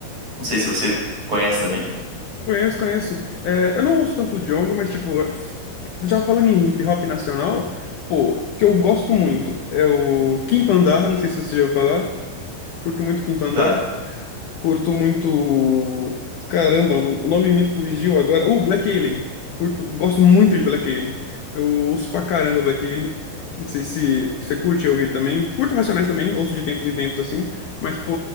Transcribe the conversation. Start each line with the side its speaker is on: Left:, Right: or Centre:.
Right: Não sei se você conhece também.
Left: Conheço, conheço. É, eu não ouço tanto o Djonga, mas, tipo, já falando em hip hop nacional, pô, que eu gosto muito é o Quinto Andar, não sei se você já ouviu falar. Curto muito o Quinto Andar.
Right: Tá,
Left: Curto muito. Caramba, o o nome me fugiu agora. Uh, Black Alien. Curto, gosto muito de Black Alien. Eu ouço pra caramba Black Alien. Não sei se você curte ouvir também. Curto Racionais também, ouço de tempos em tempos assim. Mas, pô,